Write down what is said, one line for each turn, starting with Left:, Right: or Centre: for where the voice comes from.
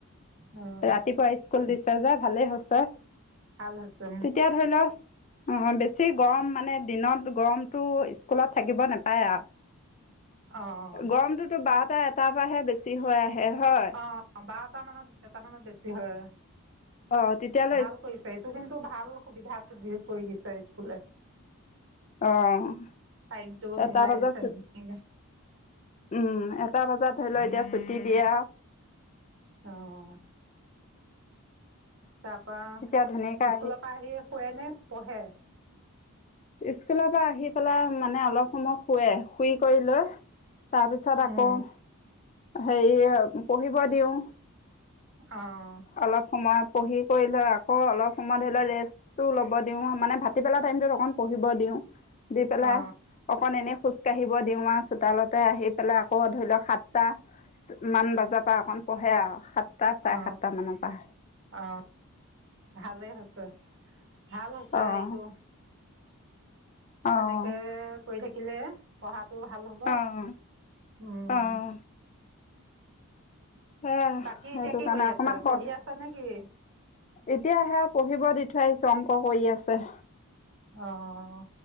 Right: অ'
Left: ৰাতিপুৱা স্কুল দিছে যে ভালেই হৈছে,
Right: ভাল হৈছে
Left: তেতিয়া ধৰি ল অঁ বেছি গৰম মানে দিনত গৰমটো স্কুলত থাকিব নেপায় আও।
Right: অঁ
Left: গৰমটোতো বাৰটা এটাৰ পৰা বেছি আহে হয়।
Right: অ', বাৰটা মানত এটা মানত বেছি হয়।
Left: অ তেতিয়া
Right: ভাল কৰিছে এইটো কিন্তু ভাল সুবিধা দি কৰি দিছে স্কুলে।
Left: অ',
Right: টাইমটো
Left: এটা
Right: মিলাই
Left: বজাত
Right: দিছে
Left: ছুট
Right: ধুনীয়াকে
Left: উম, এটা বজাত ধৰি ল এতিয়া ছুটি দিয়া।
Right: অ'। তাৰ পৰা
Left: তেতিয়া ধুনীয়াকৈ
Right: স্কুলৰ পৰা আহি শুৱে নে পঢ়ে?
Left: স্কুলৰ পৰা আহি পেলাই মানে অলপ সময় শুৱে, শুই কৰি লৈ তাৰপিছত আকৌ
Right: উম
Left: হেৰি পঢ়িব দিওঁ।
Right: অ'।
Left: অলপ সময় পঢ়ি কৰি লৈ আকৌ অলপ সময় ধৰি ল ৰেষ্ট টো ল'ব দিওঁ, মানে ভাতি বেলা টাইমটোত অকন পঢ়িব দিও। দি পেলাই
Right: অ
Left: অকণ এনেই খোজকাঢ়িব দিওঁ আৰু চোতালতে আহি পেলাই আকৌ ধৰি লওক সাতটা মান বজাৰ পৰা অকন পঢ়ে আৰু সাতটা চাৰে
Right: অ
Left: সাতটা মানৰ পৰা।
Right: অ ভালেই হৈছে, ভাল হৈছে
Left: অঁ
Right: সেইটো।
Left: অঁ
Right: তেনেকে কৰি থাকিলে পঢ়াটো ভাল হ'ব,
Left: অঁ
Right: উম।
Left: অঁ সেয়া
Right: বাকী
Left: সেইটো
Right: এতিয়া কি
Left: কাৰণে
Right: কৰি
Left: অকণমান
Right: আছে
Left: কষ্ট
Right: পঢ়ি আছ নে কি?
Left: এতিয়া সেয়া পঢ়িব দি থৈ আহিছো অংক কৰি আছে।
Right: অ',